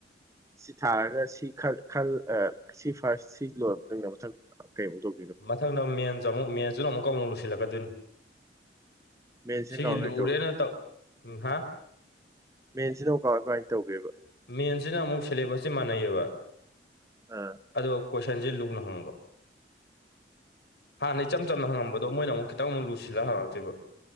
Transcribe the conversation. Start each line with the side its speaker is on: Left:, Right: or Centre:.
Right: ꯁꯤ ꯊꯥꯔꯒ ꯁꯤ ꯈꯜ ꯈꯜ ꯁꯤ ꯐꯥꯔꯁ ꯁꯤ ꯂꯣꯏꯔ ꯃꯇꯨꯡꯗ ꯃꯊꯪ ꯀꯩꯃꯨꯛ ꯇꯧ
Left: ꯃꯊꯪꯗ ꯑꯃ ꯃꯦꯟꯁ ꯑꯃꯨꯛ ꯃꯦꯟꯁꯇꯨꯅ ꯑꯃꯨꯛꯀ ꯑꯃꯨꯛ ꯂꯨꯁꯤꯜꯂꯛꯀꯗꯣꯏꯅꯤ
Right: ꯃꯦꯟꯁꯤꯅ
Left: ꯁꯤꯒꯤ
Right: ꯀꯃꯥꯏ ꯀꯃꯥꯏ
Left: ꯂꯨꯔꯦꯅ
Right: ꯇꯧꯒꯦ
Left: ꯇꯧ ꯎꯝ ꯍꯥ
Right: ꯃꯦꯟꯁꯤꯅ ꯑꯃꯨꯛ ꯀꯃꯥꯏ ꯀꯃꯥꯏ ꯇꯧꯒꯦꯕ
Left: ꯃꯦꯟꯁꯤꯅ ꯑꯃꯨꯛ ꯁꯦꯂꯦꯕꯁꯇꯤ ꯃꯥꯟꯅꯩꯑꯦꯕ
Right: ꯎꯝ
Left: ꯑꯗꯨꯒ ꯀꯣꯏꯁꯟꯁꯦ ꯂꯨꯅ ꯍꯪꯕ ꯍꯥꯟꯅꯩ ꯏꯆꯝ ꯆꯝꯅ ꯍꯪꯉꯝꯕ ꯑꯗꫭ ꯃꯣꯏꯅ ꯑꯃꯨꯛ ꯈꯤꯇꯪ ꯑꯃꯨ ꯂꯨ ꯁꯤꯜꯂ ꯍꯪꯉꯛꯇꯩꯕ